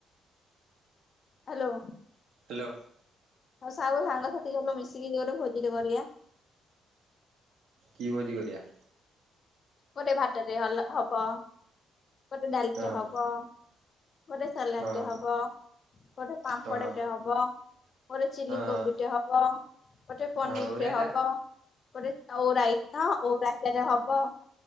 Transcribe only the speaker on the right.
ହେଲୋ।
କି ଭୋଜିି କରିବା?
ହଁ
ହଁ
ହଁ
ହଁ
ଆଉ
ରାଇତା